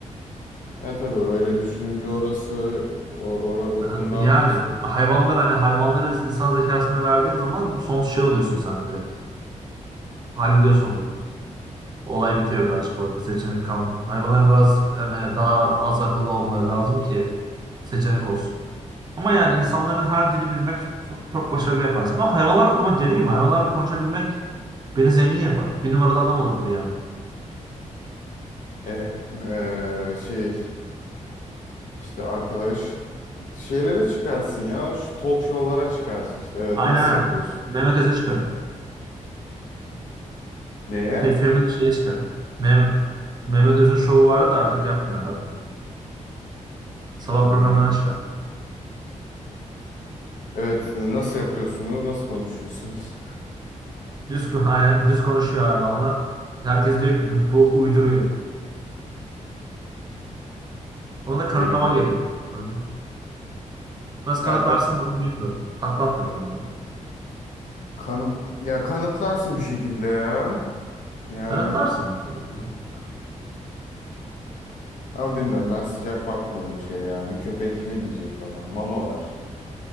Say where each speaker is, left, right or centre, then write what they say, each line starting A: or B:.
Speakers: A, on the left; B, on the right.
A: Ya tabii öyle düşününce orası o, ora- o
B: Hani,
A: konuda haklısın.
B: yani hayvanlar hani hayvanları insan zekasına verdiğin zaman sonsuz şey oluyorsun sen direkt. Hallediyorsun olayı. Olay bitiyor birazcık orada. Seçenek kalmıyor. Hayvanların biraz hani daha az akıllı olmaları lazım ki seçenek olsun. Ama yani insanların her dili bilmek çok, çok başarılı yaparsın. Ama hayvanlarla ama dediğim gibi hayvanlarla konuşabilmek beni zengin yapar. Bir numaralı adam olurum dünyada.
A: E, e, şey İşte arkadaş şeylere çıkarsın ya şu talk show'lara çıkarsın işte evet
B: Aynen.
A: nasıl yapıyorsun?
B: Mehmet Öz'e çıkarım.
A: Neye?
B: Fe, Femin şeye çıkarım. Mehmet, Mehmet Öz'ün şovu vardı da artık yapmıyor herhalde. Sabah
A: Bilmiyorum.
B: programlarına çıkarım.
A: Evet e, nasıl yapıyorsunuz? Nasıl konuşuyorsunuz?
B: Düz, ko- <laughs> aynen, düz konuşuyor hayvanla. Herkes diyor ki bu, bu uyduruyor.
A: <laughs>
B: Onu da
A: Deli
B: kanıtlaman
A: bu
B: gerekiyor.
A: herif.
B: normalde. Nasıl kanıtlarsın
A: Ya ta-
B: ben bilmiyorum. Takla attırırım abi.
A: kanıt ya kanıtlarsın bir şekilde ya. Yani
B: Kanıtlarsın. Evet.
A: ama bilmiyorum ben sıcak bakmıyorum şeye yani bir köpek ne diyecek bana? Mama ver.